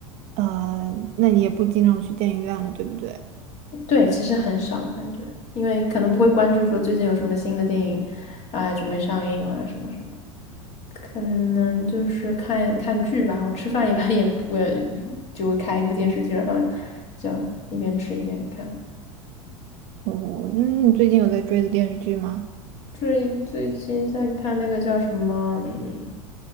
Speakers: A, on the right; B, on the left.
A: 呃，那你也不经常去电影院了，对不对？
B: 对，其实很少感觉，因为可能不会关注说最近有什么新的电影啊、准备上映了什么什么，可能就是看看剧吧。我吃饭一般也我就会开一部电视剧，然后就一边吃一边看。
A: 我，那你最近有在追的电视剧吗？
B: 最最近在看那个叫什么，嗯，